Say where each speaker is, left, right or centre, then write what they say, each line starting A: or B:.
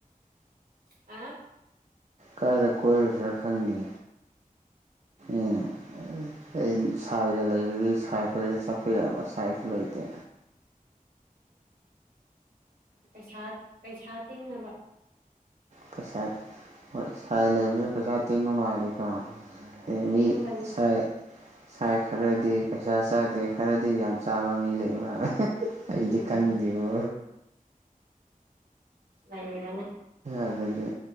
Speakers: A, on the right (about 80°); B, on the right (about 50°).
A: ꯑ
B: ꯀꯥꯏꯗ ꯀꯣꯏꯔꯨꯁꯔ ꯈꯪꯗꯦ ꯎꯝ ꯑꯩ ꯁꯥꯏꯒ ꯂꯩꯔꯗꯤ ꯁꯥꯏ ꯈꯣꯏꯗ ꯆꯠꯄ ꯌꯥꯕ ꯁꯥꯏꯁꯨ ꯂꯩꯇꯦ꯫
A: ꯄꯩꯁꯥ ꯄꯩꯁꯥ ꯇꯤꯡꯅꯕ
B: ꯄꯩꯁꯥ ꯍꯣꯏ ꯁꯥꯏ ꯂꯩꯕꯁꯨ ꯄꯩꯁꯥ ꯇꯤꯡꯕ ꯃꯥꯂꯦꯀꯣ꯫ ꯑꯦ ꯃꯤ
A: ꯇꯤꯡꯒꯅꯤ
B: ꯁꯥꯏ ꯁꯥꯏ ꯈꯔꯗꯤ ꯄꯩꯁꯥ ꯆꯥꯗꯦ ꯈꯔꯗꯤ ꯌꯥꯝ ꯆꯥꯕ ꯃꯤ ꯂꯩ ꯃꯥꯂꯦ꯫ ꯑꯩꯗꯤ
A: ꯎꯝ
B: ꯈꯟꯗꯦꯕꯣ
A: ꯂꯩꯕꯅꯤ
B: ꯑꯗꯨꯗꯤ